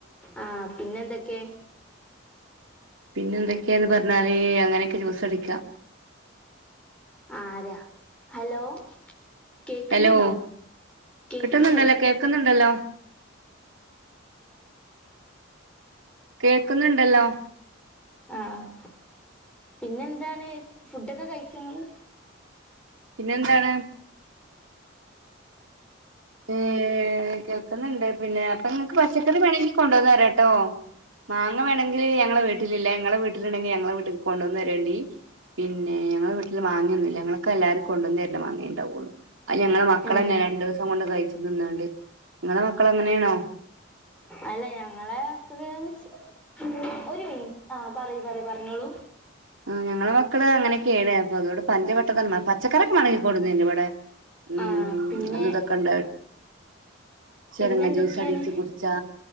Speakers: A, in the centre; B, on the right.
A: ആഹ് പിന്നെ എന്തെക്കേ
B: പിന്നെന്തെക്കേന്ന് പർഞ്ഞാല് അങ്ങനൊക്കെ ജൂസടിക്ക
A: ആരാ ഹലോ കേക്കുന്നുണ്ടോ
B: എലോ
A: കേക്കുന്നില്ലേ
B: കിട്ട്ന്ന്ണ്ടല്ലോ കേക്ക്ന്ന്ണ്ടല്ലോ കേക്ക്ന്ന്ണ്ടല്ലോ
A: ആഹ് പിന്നെന്താണ് ഫുഡൊക്കെ കഴിച്ചങ്ങള്
B: പിന്നെന്താണ് ഏഹ് കേൾക്ക്ന്ന്ണ്ട് പിന്നെ അപ്പൊ ഇങ്ങക്ക് പച്ചക്കറി വേണങ്കി കൊണ്ടന്നരെട്ടോ മാങ്ങ വേണങ്കില് ഞങ്ങളെ വീട്ടിലില്ല ഇങ്ങളെ വീട്ടില്ണ്ടെങ്കി ഞങ്ങളെ വീട്ട്ക്ക് കൊണ്ടന്നെരേണ്ടി പിന്നെ ഞങ്ങളെ വീട്ട്ല് മാങ്ങ്യൊന്നുല്ല ഞങ്ങൾക്ക് അല്ലാരും കൊണ്ടുന്നെരല്ലാ മാങ്ങേ ഇണ്ടാവൊള്ളു അത് ഞങ്ങളെ മക്കളെന്നെ
A: ഏ
B: രണ്ട് രണ്ടിസം കൊണ്ട് കയ്ച്ചും തിന്നാണ്ട് ഇങ്ങളെ മക്കള് അങ്ങനേണോ
A: അല്ല ഞങ്ങളെ മക്കള് സ് ഒരു മിന ആഹ് പറി പറി പർഞ്ഞോളൂ
B: ആഹ് ഞങ്ങളെ മക്കള് അങ്ങനൊക്കേണ് അപ്പ അതോണ്ട് പഞ്ചപെട്ടതെ പച്ചക്കറി ഒക്കെ മാണങ്കി കൊട്ന്നര്ന്റ് ഇവടെ ഉം
A: ആ പിന്നെ
B: അത് തൊക്കെ ഇൻണ്ട് ചെരങ്ങ
A: പിന്നെ എന്തൊക്കെയാണ്
B: ജ്യൂസ് അടിച്ചു കുട്ച്ചാ